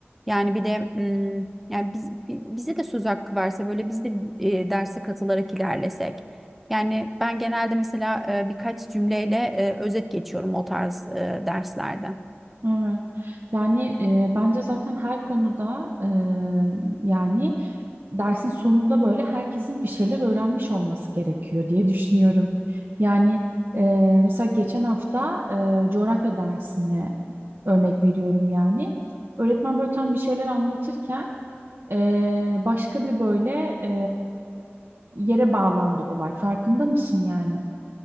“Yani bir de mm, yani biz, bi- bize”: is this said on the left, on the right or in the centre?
Centre